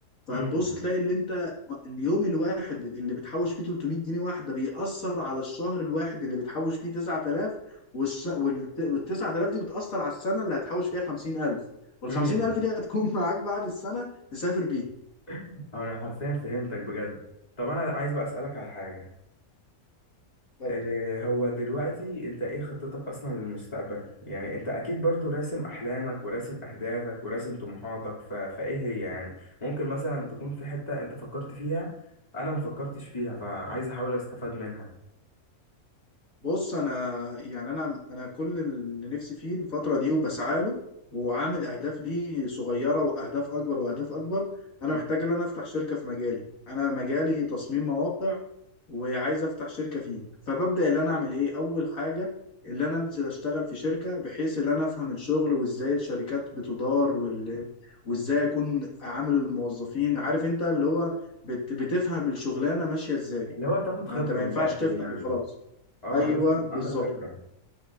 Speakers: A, on the left (about 70°); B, on the left (about 25°).
A: فهتبص
B: امم
A: تلاقي اللي انت اليوم الواحد اللي بتحوش فيه 300 جنيه واحدة بيأثر على الشهر الواحد اللي بتحوش فيه 9000 والش... وال وال 9000 دي بتأثر على السنة اللي هتحوش فيها 50000 وال
B: امم
A: 50000 دي هتكون معاك بعد السنة تسافر بيها
B: <laughs> انا حرفيا فهمتك بجد طب انا عايز بقى اسالك على حاجه
A: طب
B: إيه هو دلوقتي انت ايه خطتك اصلا للمستقبل يعني انت اكيد برضو راسم احلامك وراسم اهدافك وراسم طموحاتك ف... فايه هي يعني ممكن مثلا تكون في حته انت فكرت فيها انا ما فكرتش فيها فعايز احاول استفاد منها
A: بص انا يعني انا انا كل اللي نفسي فيه الفتره دي وبسعى له وعامل اهداف ليه صغيره واهداف اكبر واهداف اكبر انا
B: مم.
A: محتاج ان انا افتح شركه في مجالي انا مجالي تصميم مواقع وعايز افتح شركه فيه فببدا اللي انا اعمل ايه اول حاجه اللي انا انزل اشتغل في شركه بحيث ان انا افهم الشغل وازاي الشركات بتدار وال... وازاي اكون عامل الموظفين عارف انت اللي هو بت... بتفهم الشغلانه ماشيه ازاي
B: اللي هو تاخد
A: ما
B: خبره
A: انت ما
B: من
A: ينفعش
B: الاخر
A: تفتح
B: يعني
A: وخلاص
B: اه
A: ايوه
B: لازم يبقى
A: بالظبط
B: عندك خبرة